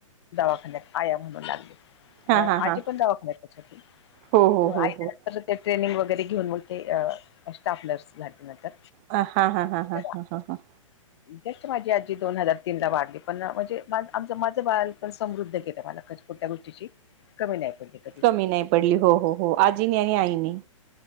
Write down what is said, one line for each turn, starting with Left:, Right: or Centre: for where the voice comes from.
Left: दवाखान्यात आया म्हणू लागली.
Right: हा
Left: अ
Right: हा
Left: आजी
Right: हा
Left: पण दवाखान्यातच होती
Right: हो हो
Left: मग आ
Right: हो हो.
Left: ते ट्रेनिंग वगैरे घेऊन मग ते स्टाफ नर्स झाली नंतर.
Right: ह हा हा हा
Left: तर
Right: हा हा ह हा
Left: जस्ट माझी आजी दोन हजार तीन ला वाढली पण म्हणजे आमचं माझं बाळंतपण पण समृद्ध गेलं मला कुठल्या गोष्टीची कमीची कमी नाही पडली. कधी
Right: कमी नाही पडली हो हो हो आजीनी आणि आईनी